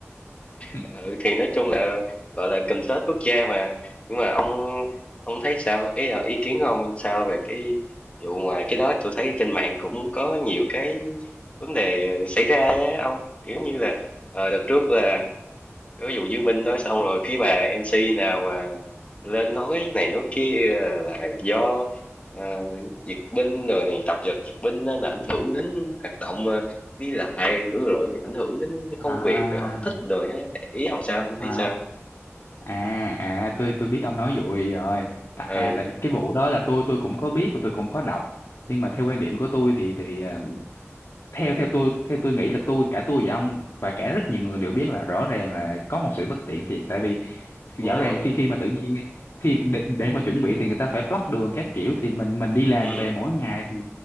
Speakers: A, on the left (about 65°); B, on the left (about 25°).
A: <laughs>
B: ừ, thì nói chung là gọi là cần tết quốc gia mà. Nhưng mà ông ông thấy sao? Ý, ờ, ý kiến của ông sao về cái vụ ngoài cái đó? Tôi thấy trên mạng cũng có nhiều cái vấn đề xảy ra á ông. Kiểu như là ờ, đợt trước là ví dụ diễu binh đó xong rồi cái bà MC nào mà lên nói này nói kia là do ờ, duyệt binh rồi này tập dượt duyệt binh nên là ảnh hưởng đến hoạt động ờ, đi lại rồi rồi ảnh hưởng đến cái
A: à
B: công việc rồi không thích rồi á. ý ông sao ông
A: à
B: thấy sao
A: à à tôi tôi biết ông nói vụ gì rồi Tạ-
B: ừ
A: à tại vì cái vụ đó là tôi tôi cũng có biết và tôi cũng có đọc nhưng mà theo quan điểm của tôi thì thì ờ, theo theo tôi theo tôi nghĩ là tôi cả tôi và ông và cả rất nhiều người đều biết là rõ ràng là có một sự bất tiện thiệt tại vì rõ
B: đúng rồi
A: ràng khi khi mà tự nhiên khi để, để mà chuẩn bị thì người ta phải block đường các kiểu thì mình mình đi làm
B: ừ
A: về mỗi ngày thì